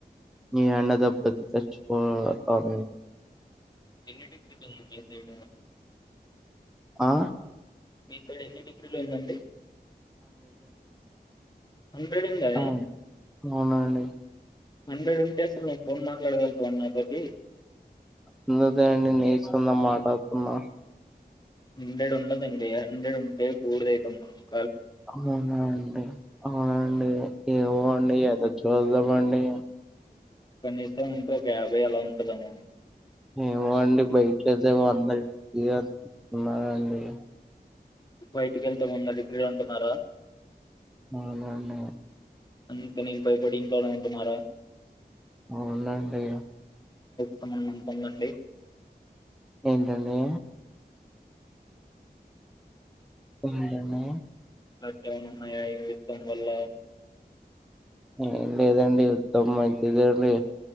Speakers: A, in the centre; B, on the left (about 25°).
A: నీ ఎండ దెబ్బతి తెచ్చిపోతామ
B: ఎన్ని డిగ్రీది ఉంది మీ తడం
A: ఆ
B: ఇక్కడ ఎన్ని డిగ్రీలు ఉందండి హండ్రెడ్ ఉందా
A: అ అవునండి
B: హండ్రెడ్ ఉంటే అస్తలు ను ఫోన్ మాట్లాడగలుగుత వం అ తర్కి
A: అందు తేని నేచన్నం మాటకన్నా
B: హండ్రెడ్ ఉండదండి హండ్రెడ్ ఉంటే కూర్ద అవుతుమ్ మ
A: అవునండి అవునండి ఎమో ఎధో చుదమ్ అండీ
B: పనిస్తా అంటే ఒక యాభై ఆలా ఉంటదమ్
A: ఏమో అండి బయటసే అందనిస్తున్నాండి
B: బయటికి వెళ్తామన్నారు ఇగ్రీడ్ అంటున్నారా
A: అవునా అండి
B: అందుకని ఇ పైపడి ఇంకోల ఉంటున్నారా
A: అవునండి
B: సంబంధం పొందండి
A: ఏంట అండీ అంటన్నా
B: ఎమానా ఉనాయా విధం వల్ల
A: ఏం లేదండి ఉత్తమం మంచిదండి